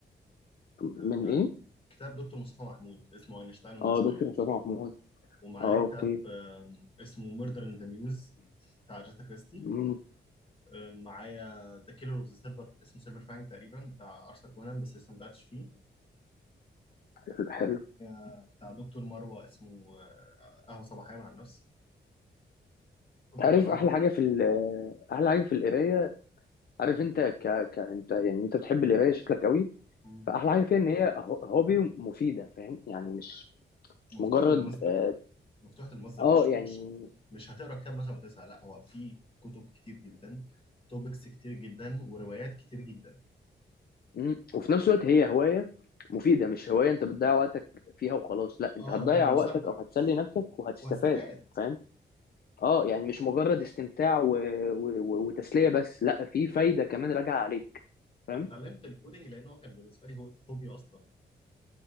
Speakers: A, on the left (about 30°); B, on the left (about 60°).
A: انا
B: من ايه
A: كتاب دكتور مصطفى محمود اسمه اينشتاين والنسبيه
B: اه دكتور مصطفى محمود
A: ومعايا
B: اه
A: كتاب
B: اوكي
A: آم، اسمه ميردر ان ذا ميوز بتاع جاتا كريستي
B: مم.
A: آم، معايا ذا كيلر اوف ذا سيلفر اسمه سيلفر فانك تقريبا بتاع ارثر كونان بس لسه ما بداتش فيه
B: حلو حلو.
A: وبتاع دكتور مروه اسمه آه، قهوه صباحيه مع النفس كتب
B: عارف
A: بقراها
B: احلى
A: ان جنرال
B: حاجه في ال- احلى حاجه في القرايه عارف انت ك... ك انت يعني انت بتحب القرايه شكلك قوي
A: مم.
B: فاحلى حاجه فيها ان هي هو- هوبي مفيده فاهم يعني مش مش
A: ومفتوحه
B: مجرد
A: المصدر
B: اه
A: مفتوحه المصدر
B: آه،
A: مش
B: يعني
A: مش مش هتقرا كتاب مثلا وتزهق لا هو في كتب كتير جدا توبكس كتير جدا وروايات كتير جدا
B: مم. وفي نفس الوقت هي هواية مفيدة مش هواية انت بتضيع وقتك فيها وخلاص لا انت
A: اه
B: هتضيع
A: لا انت مستمتع
B: وقتك او هتسلي نفسك وهتستفاد
A: وهتستفاد
B: فاهم اه يعني مش مجرد استمتاع و... و... و... وتسلية بس لا في فايدة كمان راجعة عليك فاهم
A: انا اتعلمت الكودينج لان هو كان بالنسبه لي هو هوبي اصلا